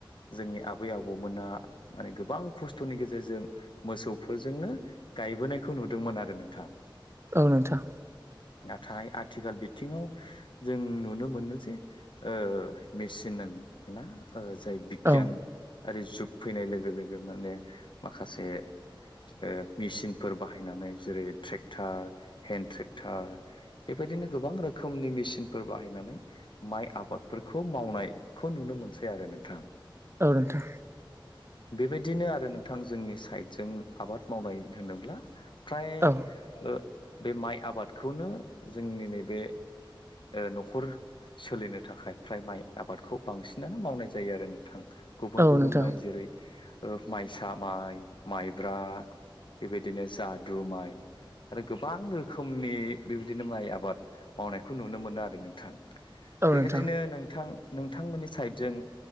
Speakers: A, on the left (about 65°); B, on the right (about 30°).
A: जोंनि आबै आबौमोना माने गोबां खस्थ'नि गेजेरजों मोसौफोरजोंनो गायबोनायखौ नुदोंमोन आरो नोंथां
B: औ नोंथां
A: नाथाय आथिखाल बिथिङाव जों नुनो मोनो जे ओ मेसिन ना ओ जाय बिगियान
B: औ
A: आरि जुग फैनाय लोगो-लोगो माने माखासे ओ मेसिनफोर बाहायनानै जेरै ट्रेक्टार हेन्दड ट्रेक्टार बेबायदिनो गोबां रोखोमनि मेसिनफोर बाहायनानै माइ आबादफोरखौ मावनायखौ नुनो मोनसै आरो नोंथां
B: औ नोंथां
A: बेबायदिनो आरो नोंथां जोंनि साइडजों आबाद मावनाय होनोब्ला फ्राय
B: औ
A: ओ बे माइ आबादखौनो जोंनि नैबे ओ न'खर सोलिनो थाखाय फ्राय माइ आबादखौ बांसिनानो मावनाय जायो आरो नोंथां गुबुन-गुबुन
B: औ नोंथां
A: माइ जेरै माइसा माइ माइब्रा बेबायदिनो जादु माइ आरो गोबां रोखोमनि बेबायदिनो माइ आबाद मावनायखौ नुनो मोनो आरो नोंथां
B: औ
A: बेबायदिनो
B: नोंथां
A: नोंथां नोंथांमोननि साइडजों